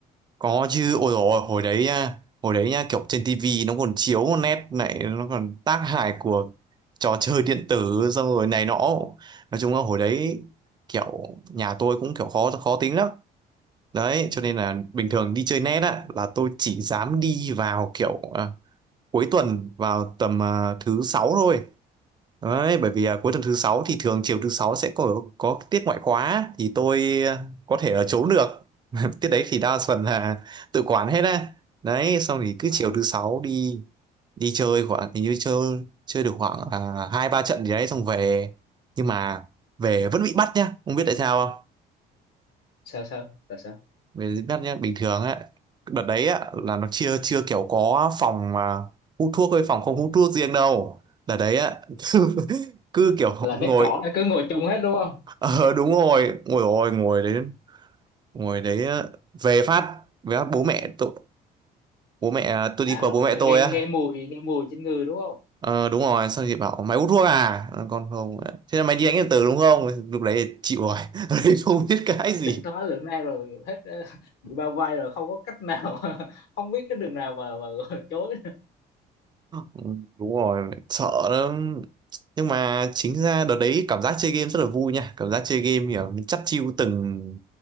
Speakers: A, on the right (about 25°); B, on the left (about 80°).
A: Có chứ, ôi dồi ôi, hồi đấy nha, hồi đấy nha, kiểu trên tivi nó còn chiếu một nét này, nó còn tác hại của trò chơi điện tử xong rồi này nọ. Nói chung là hồi đấy kiểu nhà tôi cũng kiểu khó khó tính lắm. Đấy, cho nên là bình thường đi chơi net á là tôi chỉ dám đi vào kiểu à, cuối tuần vào tầm à, thứ sáu thôi. Đấy, bởi vì à, cuối tuần thứ sáu thì thường chiều thứ sáu sẽ có có tiết ngoại khóa thì tôi à, có thể ở trốn được <laughs> tiết đấy thì đa phần là tự quản hết á đấy xong thì cứ
B: à
A: chiều thứ sáu đi đi chơi khoảng hình như chơi chơi được khoảng à, hai ba trận gì đấy xong về nhưng mà về vẫn bị bắt nhá không biết tại sao không
B: sao sao tại sao
A: về bị bắt nhá bình thường á đợt đấy á là nó chưa chưa kiểu có phòng mà hút thuốc với phòng không hút thuốc riêng đâu đợt đấy á <laughs> cứ, cứ kiểu
B: là net
A: ngồi
B: cỏ là cứ ngồi chung hết đúng không
A: Ờ đúng rồi, ngồi rồi ngồi đấy, ngồi đấy á, về phát, về phát bố mẹ tôi bố mẹ à, tôi đi
B: à
A: qua
B: là,
A: bố mẹ
B: là
A: tôi
B: nghe
A: á.
B: nghe mùi nghe mùi trên người đúng không
A: Ờ đúng rồi, xong chị bảo mày hút thuốc à? Ờ, Con không. ạ." Thế là mày đi đánh điện tử đúng không? Lúc đấy thì chịu rồi. <laughs> Lúc đấy không biết cái gì.
B: tiến thoái lưỡng nan rồi hết ờ, <laughs> bị bao vây rồi không có cách nào <laughs> không biết cái đường nào mà mà chối
A: Ừ, Đúng rồi, sợ lắm. Nhưng mà chính ra đợt đấy cảm giác chơi game rất là vui nha, cảm giác chơi game kiểu mình chắt chiu từng